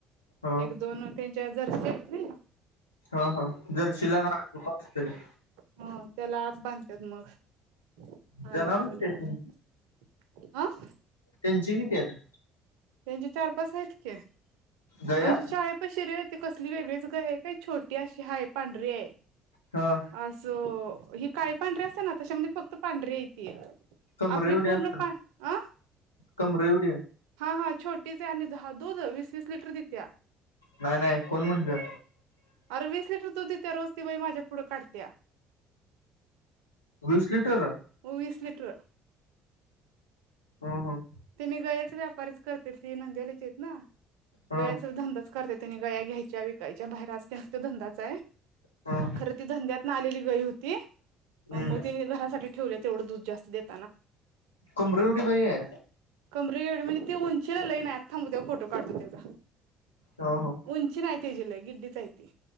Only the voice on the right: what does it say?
एक दोन ते च्या जरशी हायत नाही.
ह त्याला आत बांत्यात मग. <unintelligible>
आं?
त्यांची चार, पाच हायत की.
आमच्या शाळेपशी रे ते कसली वेगळीच गाय ये काय छोटी अशी हाय पांढरीे ये.
असो ही काय? पण रसनात तशमध्ये फक्त पांढरे येती,
आपली
पूर्ण
पा आ
हा हा छोटीच ये आणि दहा दूध वीस वीस लिटर देतेया.
अरे वीस लिटर दूध देत्या रोज ती बाई माझ्या पुढं काढत्या
हो वीस लिटर.
ते नी गायेच व्यापारीच करत्यात ते नांदिवलीचे येत ना.
गायेचा धंदाच करत्यात. त्यानी गाया घ्याय विकायच्या बाहेर अस त्यांचा त्यो धंदाच आहे.
खर ती धंद्यात ना आलेली गई होती मग
तिने घरासाठी ठेवलीत. तेवढ दुध जास्त देत
कमरे एवढी म्हणजे ती उंचीला लई नाय, आता थांब उद्या फोटो काढतो तेजा.
उंची नाय त्याजी लई गिडीच चयती.